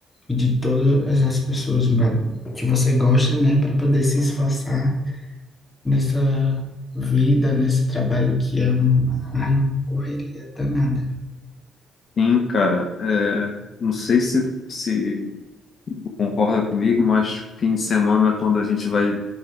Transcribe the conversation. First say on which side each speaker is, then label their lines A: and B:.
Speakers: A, on the left; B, on the left.
A: e de todas as pessoas ba- que você gosta, né, para poder se esforçar nessa vida, nesse trabalho que é um- ai, uma correria danada.
B: sim, cara. É, não sei se, se tu concorda comigo, mas fim de semana, quando a gente vai,